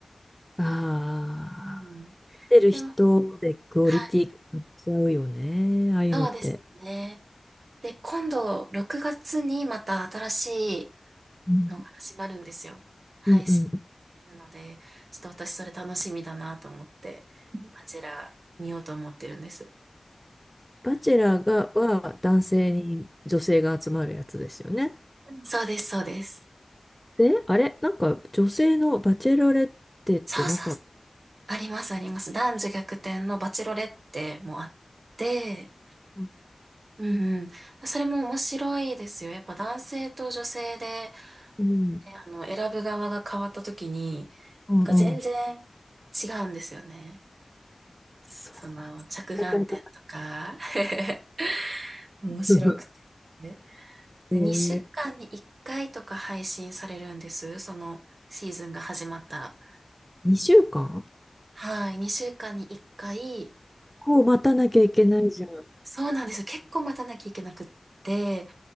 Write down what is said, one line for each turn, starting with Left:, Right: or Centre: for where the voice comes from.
Centre: ああ。
Right: うん。
Centre: てる人でクオリティ変わっちゃうよね。
Right: でも、はい、
Centre: ああいうのって。
Right: そうですね。で、今度、6月にまた新しい
Centre: うん。
Right: のが始まるんですよ。配信
Centre: うんうん。
Right: されるので、ちょっと私それ楽しみだなと思って、あちら見ようと思ってるんです。
Centre: バチェラーが、は男性に女性が集まるやつですよね。
Right: そうです、そうです。
Centre: で、あれなんか女性のバチェロレッテってなかった。
Right: そうそうありますあります。男女逆転のバチロレッテもあって、
Centre: うん。
Right: うんうん。それも面白いですよ。やっぱ男性と女性で、
Centre: う
Right: えあの、選ぶ側が変わった時に、
Centre: んうん。
Right: なんか全然違うんですよね。
Centre: そうなんです。
Right: その、着眼点とか。
Centre: だからかな。
Right: <laughs> 面白くて。
Centre: <laughs>
Right: ねで、
Centre: え
Right: 2週間に1回とか配信されるんです。そのシーズンが始まったら。
Centre: 2週間
Right: はい。2週間に1回、
Centre: こう待たなきゃいけないじゃん。
Right: そうなんですよ。結構待たなきゃいけなくって、